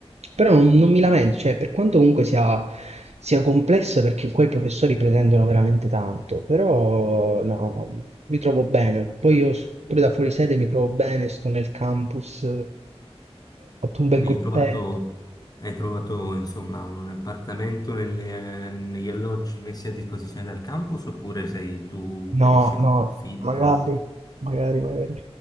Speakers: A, on the right; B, on the left.
A: Però non, non mi lamento, cioè, per quanto comunque sia, sia complessa, perché qua i professori pretendono veramente tanto, però no, no, mi trovo bene. Poi io s- pure da fuori sede mi trovo bene, sto nel campus, ho fatto un bel
B: Quindi
A: gruppetto.
B: hai trovato, hai trovato, insomma, un appartamento nelle- negli alloggi messi a disposizione dal campus oppure sei tu
A: No,
B: che hai scelto
A: no,
B: l'affitto?
A: magari, magari, magari.